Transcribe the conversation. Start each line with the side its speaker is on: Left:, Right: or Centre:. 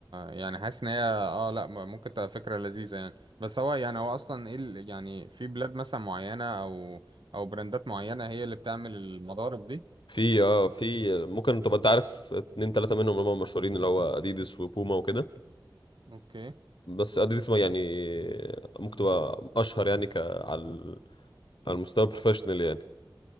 Right: يعني حاسس إن هي اه لأ م- ممكن تبقى فكرة لذيذة يعني بس هو يعني هو أصلا إيه ال- يعني في بلاد مثلا معينة أو أو براندات معينة هي اللي بتعمل المضارب دي
Left: في اه في ممكن طب انت عارف اتنين تلاته منهم اللي هم مشهورين اللي هو اديدس وبوما وكده
Right: اوكي
Left: بس اديدس ما يعني ممكن تبقى اشهر يعني ك على ال- على المستوى البروفيشنال يعني